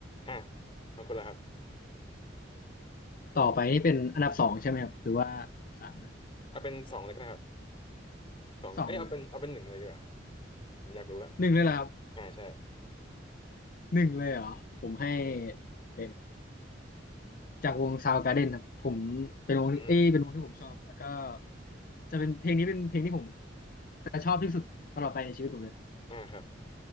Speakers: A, on the left; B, on the left.
A: อ่ะเอาคนละครับ
B: ต่อไปนี่เป็นอันดับสองใช่ไหมครับหรือว่าสามนะ
A: เอาเป็นสองเลยก็ได้ครับสองเอ้ยเอาเป็นเอาเป็นหนึ่งเลยดีกว่า
B: สองเลยเหรอครับ
A: ผมอยากรู้อะ
B: หนึ่งเลยเหรอครับ
A: อ่าใช่
B: หนึ่งเลยเหรอผมให้
A: หนึ่งเลย
B: เป็น จากวง Soundgarden ครับผมเป็นวงที่เอ้ยเป็นวงที่ผมชอบแล้วก็
A: อืม
B: จะเป็นเพลงนี้เป็นเพลงที่ผมจะชอบที่สุดตลอดไปในชีวิตผมเลย
A: อ่าครับ